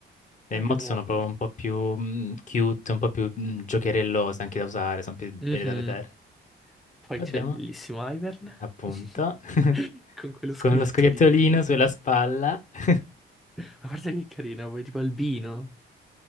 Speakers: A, on the left; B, in the centre.
A: Le
B: Poi
A: emote
B: abbiamo...
A: sono proprio un po' più mm, cute, un po' più mm, giocherellose anche da usare, sono più
B: Mhm.
A: belle da vedere.
B: Poi
A: Poi abbiamo,
B: c'è il bellissimo Ivern,
A: appunto,
B: <laughs>
A: <laughs>
B: con quello scoiattolino
A: con lo scoiattolino
B: lì.
A: sulla spalla. <laughs>
B: Ma guarda che carino, poi tipo albino.